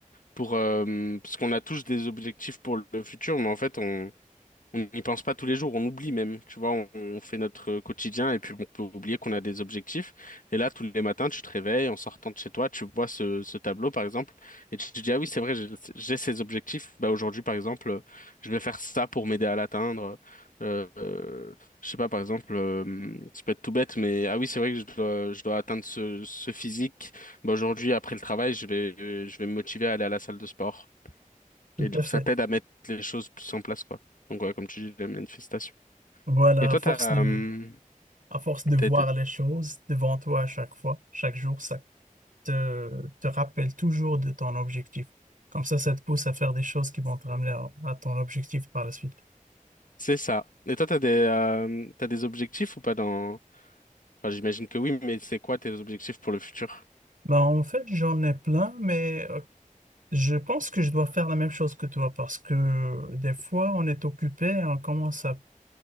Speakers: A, on the left (about 70°); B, on the right (about 70°).
A: pour euh, parce qu'on a tous des objectifs pour le futur, mais en fait on on n'y pense pas tous les jours, on oublie même, tu vois, on, on fait notre quotidien et puis on peut oublier qu'on a des objectifs. Et là, tous les matins, tu te réveilles en sortant de chez toi, tu vois ce, ce tableau, par exemple, et tu te dis, ah oui, c'est vrai, j'ai j'ai ces objectifs. Bah, aujourd'hui, par exemple, euh, je vais faire ça pour m'aider à l'atteindre. Euh, euh, je sais pas, par exemple, euh, ça peut être tout bête, mais ah oui, c'est vrai que je dois, je dois atteindre ce, ce physique. Bah, aujourd'hui, après le travail, je vais, je vais me motiver à aller à la salle de sport.
B: Tout
A: Et du
B: à
A: coup,
B: fait.
A: ça t'aide à mettre les choses plus en place, quoi. Donc, ouais, comme tu dis, la manifestation.
B: Voilà,
A: Et toi,
B: à force
A: t'as,
B: de,
A: euh,
B: à force de voir
A: t'as- t'as-
B: les choses devant toi à chaque fois, chaque jour, ça te, te rappelle toujours de ton objectif. Comme ça, ça te pousse à faire des choses qui vont te ramener à, à ton objectif par la suite.
A: c'est ça. Et toi, t'as des, euh, t'as des objectifs ou pas dans, enfin, j'imagine que oui, mais c'est quoi tes objectifs pour le futur?
B: Ben, en fait, j'en ai plein, mais euh, Je pense que je dois faire la même chose que toi parce que des fois on est occupé et on commence à